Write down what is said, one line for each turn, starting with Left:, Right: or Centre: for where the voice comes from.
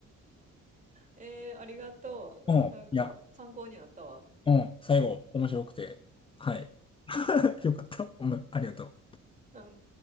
Right: えー、ありがとう。
Left: うん。
Right: なんか参考になったわ。
Left: いや、うん。最後、面白くて。はい。<laughs> よかった。うん。ありがとう。
Right: うん。